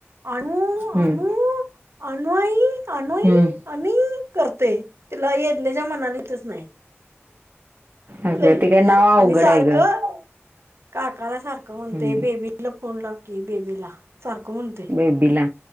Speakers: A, on the right; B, on the right.
A: आनु
B: हम्म
A: आनुक आनु आई आणू आई
B: हम्म
A: अनि करतंय. तिला यदनेच्या मनाला यीतच नाही.
B: आ
A: लई
B: ग ते काय नाव?
A: आणि
B: अवघड
A: सारखं
B: हाय ग.
A: काकाला सारखं म्हणतय
B: हम्म
A: बेबीला फोन लाव की, बेबीला सारखं म्हणतय
B: बेबीला